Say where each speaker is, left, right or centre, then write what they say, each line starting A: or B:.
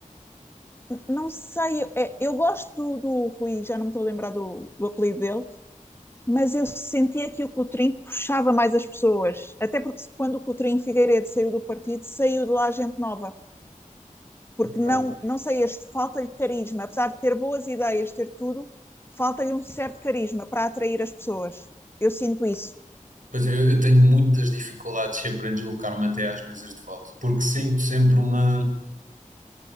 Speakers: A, on the left; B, on the right.
A: N- Não sei, eu, é, eu gosto do, do Rui, já não me estou a lembrar do, do apelido dele, mas eu sentia que o Cotrim puxava mais as pessoas. Até porque se- quando o Cotrim Figueiredo saiu do partido, saiu de lá gente nova. porque
B: Ok.
A: não, não sei, este falta de carisma, apesar de ter boas ideias, ter tudo, falta-lhe um certo carisma para atrair as pessoas. Eu sinto isso.
B: Pois é, eu eu tenho muitas dificuldades sempre em deslocar-me até às mesas de voto, porque sinto sempre uma.